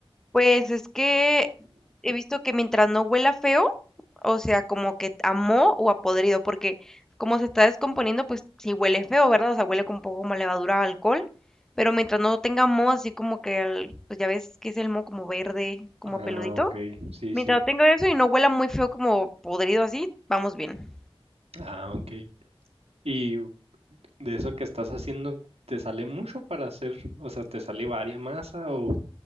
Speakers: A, in the centre; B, on the right (about 90°).
A: Pues es que he visto que mientras no huela feo, o sea, como que a moho o a podrido, porque como se está descomponiendo, pues sí huele feo, ¿verdad? O sea, huele con un poco como a levadura a alcohol, pero mientras no tenga moho, así como que, al- pues ya ves que es el moho como verde, como
B: Ah,
A: peludito.
B: ok. Sí,
A: Mientras
B: sí.
A: no tenga eso y no huela muy feo como podrido así, vamos bien.
B: Ah, ok. ¿Y De eso que estás haciendo, ¿te sale mucho para hacer? O sea, ¿te sale varia masa o...?